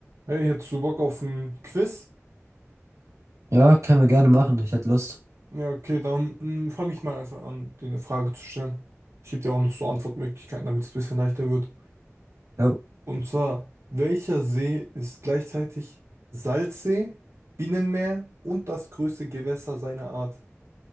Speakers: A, on the right; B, on the right.
A: Hey, hättest du Bock auf ein Quiz?
B: Ja, können wir gerne machen. Ich hätte Lust.
A: Ja, okay, dann fange ich mal einfach an, dir eine Frage zu stellen. Ich gebe dir auch noch so Antwortmöglichkeiten, damit es ein bisschen leichter wird.
B: Ja.
A: Und zwar, welcher See ist gleichzeitig Salzsee, Binnenmeer und das größte Gewässer seiner Art?